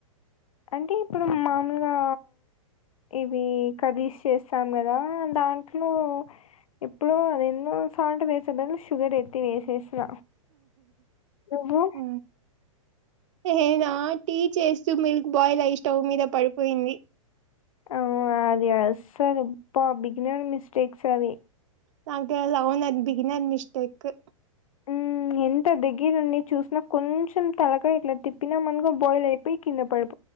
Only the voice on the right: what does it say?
ఆ ఏ రా టీ చేస్తూ మిల్క్ బాయిల్ అయి స్టవ్ మీద పడిపోయింది
నాకది అవును అది బగినర్ మిస్టేక్ ఉ